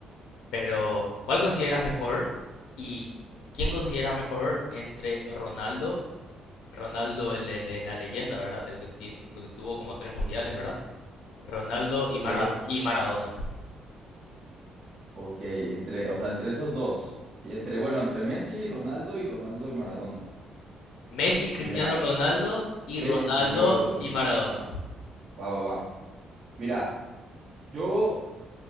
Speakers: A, on the left; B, on the right.
A: pero ¿cuál consideras mejor? ¿Y quién consideras mejor entre Ronaldo, Ronaldo el, el- el- la leyenda, ¿verdad? El que, ti- que tuvo como tres mundiales, ¿verdad? Ronaldo
B: Ok,
A: y, Mara, y Maradona.
B: ok. Entre, o sea, entre esos dos. Y entre, bueno, entre Messi, Ronaldo y Ronaldo y Maradona.
A: Messi, Cristiano
B: Ah, Mira,
A: Ronaldo y
B: sí,
A: Ronaldo
B: y luego los...
A: y Maradona.
B: Ajá, va, va, va. Mira, yo...